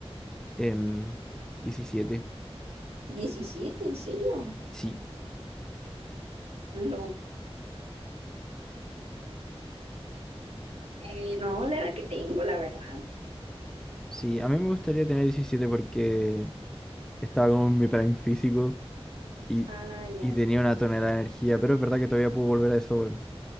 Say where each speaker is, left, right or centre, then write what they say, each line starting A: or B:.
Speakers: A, in the centre; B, on the right.
A: em, 17.
B: diecisiete ¿En serio?
A: Sí,
B: Lo... Eh, no, la edad que tengo, la verdad.
A: sí, a mí me gustaría tener 17 porque estaba como en mi prime físico y,
B: Ah, ya.
A: y tenía una tonelada de energía, pero es verdad que todavía puedo volver a eso, weón.